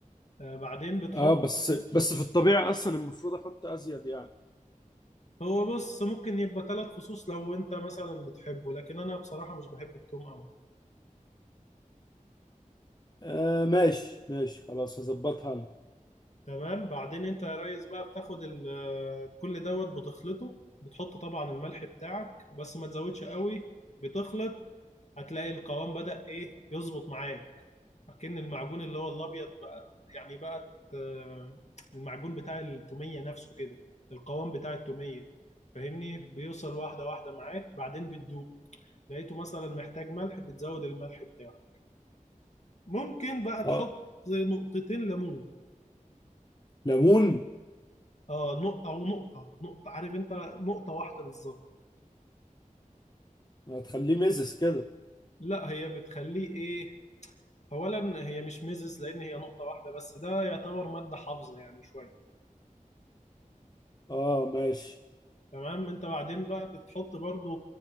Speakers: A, on the left; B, on the left.
A: آه، بعدين بتحط
B: اه بس بس في الطبيعة اصلا المفروض احط ازيد يعني
A: هو بص ممكن يبقى ثلاث فصوص لو انت مثلا بتحبه لكن انا بصراحة مش بحب التوم قوي
B: آه ماشي ماشي خلاص هظبطها انا
A: تمام بعدين انت يا ريس بقى بتاخد ال- كل دوت بتخلطه بتحط طبعا الملح بتاعك بس ما تزودش قوي بتخلط هتلاقي القوام بدأ ايه يظبط معاك اكن المعجون اللي هو الابيض بقى يعني بقى آه، المعجون بتاع التومية نفسه كده القوام بتاع التومية فاهمني بيوصل واحدة واحدة معاك بعدين بتدوق لقيته مثلا محتاج ملح بتزود الملح بتاعه ممكن بقى تحط
B: اه
A: نقطتين ليمون
B: ليمون
A: اه نق او نقطة نقطة عارف انت نقطة واحدة بالظبط
B: هتخليه مزز كده
A: لا هي بتخليه ايه اولا هي مش ميزز لان هي نقطة واحدة بس ده يعتبر مادة حافظة يعني شوية
B: اه ماشي
A: تمام انت بعدين بقى بتحط برضو